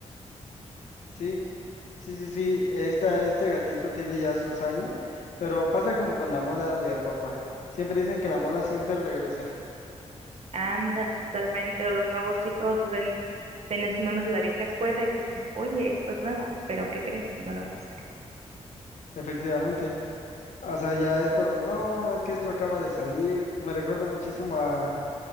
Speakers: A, on the left; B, on the right.
A: sí, sí, sí, sí, esta, este gatito tiene ya sus años, pero pasa como con la moda de ropa. Siempre dicen que la moda siempre regresa,
B: Ándale, totalmente. O los nuevos chicos ven, ven esos memes de la vieja escuela y dicen, oye, esto es nuevo, pero ¿qué crees? No lo es.
A: efectivamente. O sea, ya esto, no, es que esto acaba de salir, me recuerda muchísimo a